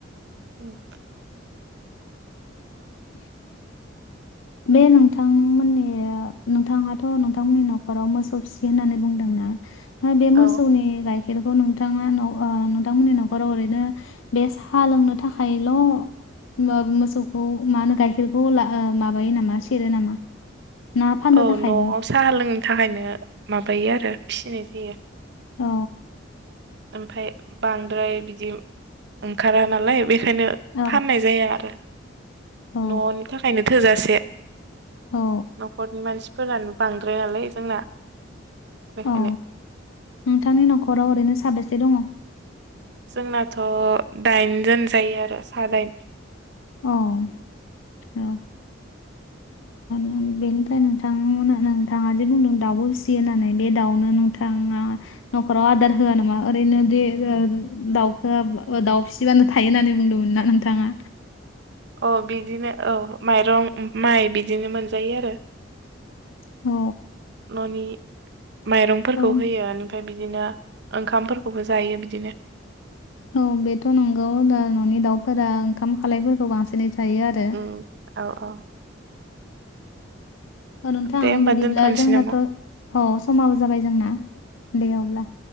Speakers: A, on the right (about 60°); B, on the left (about 80°).
A: उ
B: <inaudible> बे नोंथां मोननि नोंथाङाथ' नोंथांमोननि न'खराव, मोसौ फिसियो होननानै बुंदोंना? फाय बे मोसौनि
A: औ
B: गाइखेरखौ नोंथाङा ओ नोंथांमोननि न'खराव ओरैनो बे सा लोंनो थाखायल' होमबाबो मोसौखौ मा होनो गाइखेरखौ ओ ला ओ माबायो नामा सेरो नामा? ना फाननो
A: औ
B: थाखायबो
A: न'आव साहा लोंनो थाखायनो माबायो आरो फिसिनाय जायो।
B: अ
A: ओमफ्राय बांद्राय बिदि ओंखारा नालाय बेखायनो
B: औ
A: फाननाय जाया आरो
B: औ
A: न'नि थाखायनो थोजासे
B: औ
A: न'खरनि मानसिफोरानो बांद्राय नालाय जोंना बेखायनो
B: औ नोंथांनि न'खराव ओरैनो साबेसे दङ?
A: जोंनाथ' दाइन जोन जायो आरो सानै
B: अ औ उ बेनिफ्राय नोंथांमोना नोंथाङा जे बुंदों दाउबो फिसियो होननानै बे दाउनो नोंथाङा न'खराव आदार होआ नामा? ओरैनो देरो दाउफोरा ओ दाउ फि सिबानो थायो होननानै बुंदोंमोन ना नोंथाङा?
A: औ बिदिनो औ माइरं, माइ बिदिनो मोनजायो आरो
B: औ
A: न'नि माइरंफोरखौ
B: औ
A: होयो एनिफ्राय बिदिनो ओंखामफोरखौबो जायो बिदिनो
B: औ बेथ' नंगौ दा न'नि दाउफोरा ओंखाम खालायफोरखौ बांसिनै जायो आरो
A: उम औ औ
B: औ नोंथां,
A: दे होमबा
B: बिदिब्ला
A: दोनथ'नोसै
B: जोंनाथ'
A: नामा
B: औ समाबो जाबाय जोंना दे अब्ला